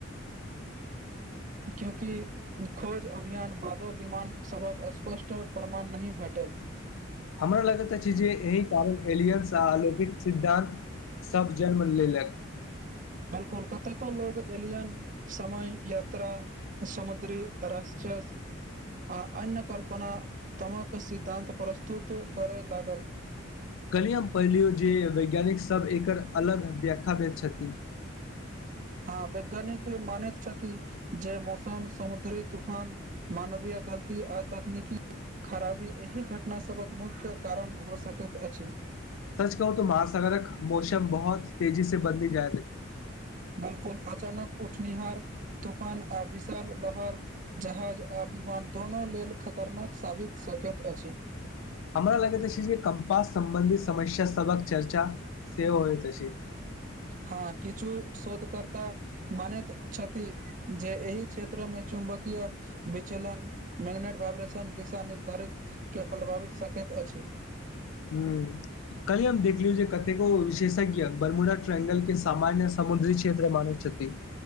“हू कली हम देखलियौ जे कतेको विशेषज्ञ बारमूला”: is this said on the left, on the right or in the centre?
Left